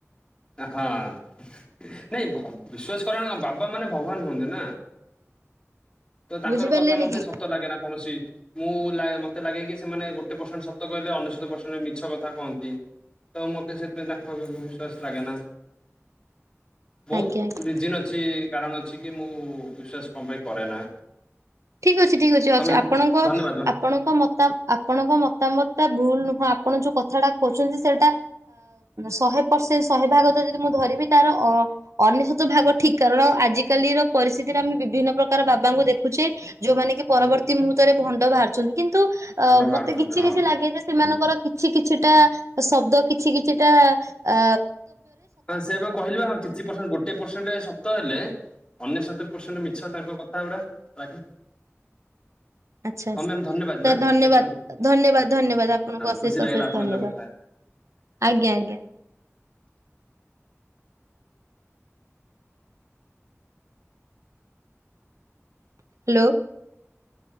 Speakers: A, on the left (about 20°); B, on the right (about 75°).
A: ହଁ ନାଇଁ ବିସ୍ଵାସ କରେ ମାନେ ବାବା ମାନେ ଭଗବାନ ହୁଅନ୍ତି ନା ତ ତାଙ୍କର
B: ବୁଝିପାରିଲେନି
A: କଥା ମତେ
B: କି
A: ସତ ଲାଗେ ନା କୌଣସି ମୁଁ ମତେ ଲାଗେ କି ସେମାନେ ଗୋଟେ ପରସେଣ୍ଟ ସତ କହିଲେ ଅନେଶତ୍ ପରସେଣ୍ଟ ମିଛ କଥା କହନ୍ତି ତ ମତେ ସେଥିପାଇଁ ତାଙ୍କ ବିଶ୍ଵାସ ଲାଗେ ନା ବହୁତ
B: ଆଜ୍ଞା ଆଜ୍ଞା।
A: ରିଜିନ୍ ଅଛି କାରଣ ଅଛି କି ମୁଁ ବିଶ୍ଵାସ କଣ ପାଇଁ କରେ ନା
B: ଠିକ ଅଛି ଠିକ ଅଛି
A: ହଁ
B: ଅଛି
A: ମ୍ୟାମ୍
B: ଆପଣଙ୍କ
A: ଧନ୍ୟବାଦ
B: ଆପଣଙ୍କ ମ ଆପଣଙ୍କ ମତାମତ ଭୁଲ ନୁହଁ ଆପଣ ଯୋଉ କଥାଟା କହୁଛନ୍ତି ସେଇଟା ଶହେ ପରସେଣ୍ଟ ଶହେ ଭାଗ ତ ଯଦି ମୁଁ ଧରିବି ତାର ଅନେଶତ ଭାଗ ଠିକ କାରଣ ଆଜିକାଲିର ପରିସ୍ଥିତିରେ ଆମେ ବିଭିନ୍ନ ପ୍ରକାର ବାବାଙ୍କୁ ଦେଖୁଛେ <inaudible> ଯୋଉମାନେ କି
A: ମ୍ୟାମ୍
B: ପରବର୍ତ୍ତୀ
A: ହୁଁ
B: ମୁହୂର୍ତ୍ତରେ ଭଣ୍ଡ ବାହାରୁଛନ୍ତି। କିନ୍ତୁ
A: ଭଣ୍ଡ
B: ଅ
A: ବାହାରୁଛନ୍ତି
B: ମତେ କିଛି
A: ହଁ।
B: କିଛି ଲାଗେ ଯେ ସେମାନଙ୍କୁ କିଛି କିଛିଟା ଶବ୍ଦ କିଛି କିଛିଟା ଅ
A: ହଁ ସେଇଆ ପା କହିଲିପା ହଁ କିଛି ପରସେଣ୍ଟ ଗୋଟେ ପରସେଣ୍ଟ ସତ ହେଲେ ଅନେଶତ ପର୍ସେଣ୍ଟ ମିଛ ତାଙ୍କ କଥା ଗୁଡ଼ା ଲାଗେ।
B: ଆଚଛା
A: ହଁ
B: ଆଛା
A: ମ୍ୟାମ୍ ଧନ୍ୟବାଦ
B: ସାର୍
A: ମ୍ୟାମ୍
B: ଧନ୍ୟବାଦ
A: ଥ୍ୟାଙ୍କୟୁ ମ୍ୟାମ୍।
B: ଧନ୍ୟବାଦ ଧନ୍ୟବାଦ ଆପଣଙ୍କୁ ଅଶେଷ
A: ଖୁସି ଲାଗିଲା
B: ଅଶେଷ
A: ଆପଣଙ୍କ
B: ଧନ୍ୟବାଦ
A: ସହ କଥା ହେଇ
B: ଆଜ୍ଞା ଆଜ୍ଞା। ହ୍ୟାଲୋ।